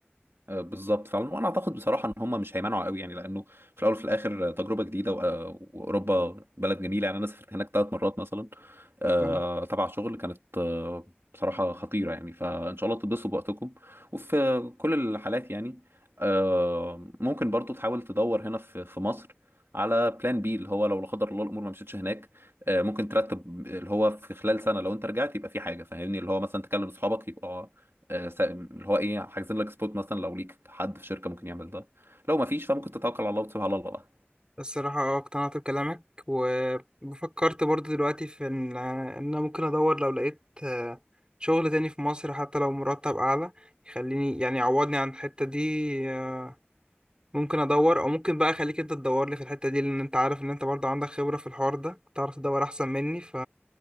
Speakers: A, on the right; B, on the right.
A: آه، بالظبط فعلا وانا اعتقد بصراحه ان هم مش هيمنعوا قوي يعني لانه في الاول وفي الاخر آه، تجربه جديده و- آه، واوروبا بلد جميله يعني انا سافرت هناك ثلاث مرات مثلا آه،
B: مم.
A: تبع شغل كانت آه، بصراحه خطيره يعني فان شاء الله تتبسطوا بوقتكم وفي كل الحالات يعني آه، ممكن برضو تحاول تدور هنا في في مصر على بلان بي اللي هو لو لا قدر الله الامور ما مشيتش هناك آه، ممكن ترتب اللي هو في خلال سنه لو انت رجعت يبقى في حاجه فاهمني اللي هو مثلا تكلم اصحابك يبقى آه، س- اللي هو ايه حاجزين لك سبوت مثلا لو ليك حد في شركه ممكن يعمل ده لو ما فيش فممكن تتوكل على الله وتسيبها على الله بقى
B: الصراحة اه اقتنعت بكلامك وفكرت برضه دلوقتي في إن إن أنا ممكن أدور لو لقيت آه، شغل تاني في مصر حتى لو مرتب أعلى يخليني يعني يعوضني عن الحتة دي آه، ممكن أدور أو ممكن بقى أخليك أنت تدور لي في الحتة دي لأن أنت عارف إن أنت برضه عندك خبرة في الحوار ده تعرف تدور أحسن مني ف